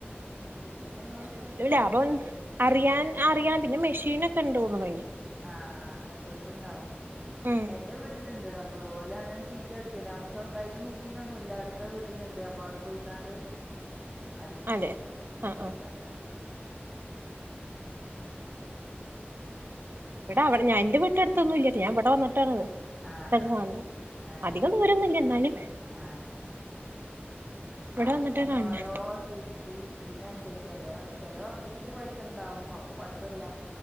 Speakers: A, in the centre; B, on the right.
A: മറ്റേത് ഇതേ മാ
B: പക്ഷെ
A: കൂട്ടി
B: എന്നാലും
A: അട്ച്ച്ടെ
B: ലാഭം അറിയാൻ അറിയാ പിന്നെ മെഷീനൊക്കെണ്ട് തോന്നണ് അതിന്.
A: ആഹ് ആഹ് അങ്ങനതോൽക്ക് ഉണ്ടാവും
B: ഉം
A: എ എന്റെ വീട്ടിലുണ്ട് ഡബർ ഒല് അങ്ങനെ ഷീറ്റ് അടിക്കല് മെഷീനൊന്നുല്ല അടുത്ത വീട്ടിലുണ്ട് അപ്പോൾ അവിടെ പോയി കാണ്ട് അടിക്കും
B: അതെ ആഹ്
A: ഓല്
B: ആഹ്
A: അങ്ങനെ അടിക്കും
B: ഇവിടെ അവിടെ എൻ്റെ വീട്ടിനടുത്തൊന്നുല്ല ഞാൻ ഇവിടെ വന്നിട്ടാണത്.
A: ആഹ് ആഹ്
B: ണ്
A: ആഹ്
B: അധികം ദൂരൊന്നുല്ല എന്നാലും
A: ആഹ്
B: ഇവിടെ
A: അത്
B: വന്നിട്ടാ
A: തന്നെ
B: കാണണെ
A: ഓരോ സീ ഫീസ് ഇതിനനുസരിച്ച് ചില ചില വർഷത്തില് പൈസുണ്ടാവും അപ്പൊ കൊഴപ്പമില്ല.